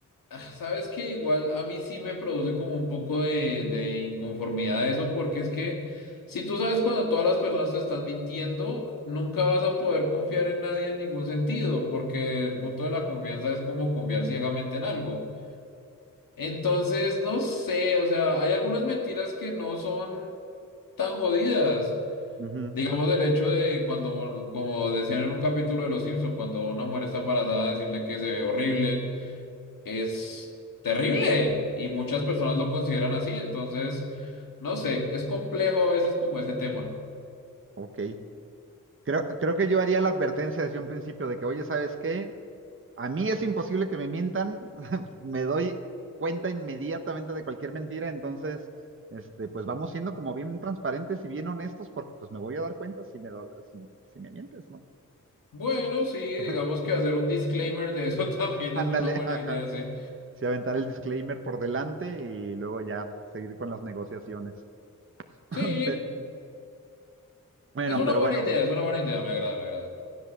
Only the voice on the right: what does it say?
Ujú,
Ok. Creo, creo que yo haría la advertencia desde un principio de que, oye, ¿sabes qué? A mí es imposible que me mientan, <laughs> me doy cuenta inmediatamente de cualquier mentira, entonces, este, pues vamos siendo como bien transparentes y bien honestos porque pues me voy a dar cuenta si me, da- si, si me mientes, ¿no?
<laughs>
Ándale,
ajá.
Si aventar el disclaimer por delante y luego ya seguir con las negociaciones.
<laughs> Pe- Bueno,
pero
bueno,